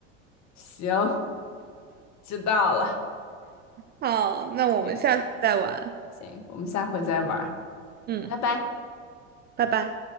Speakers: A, on the left; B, on the right.
A: 行，知道了，
B: 好，那我们下次再玩。
A: 行行，我们下回再玩儿
B: 嗯，
A: 拜拜。
B: 拜拜。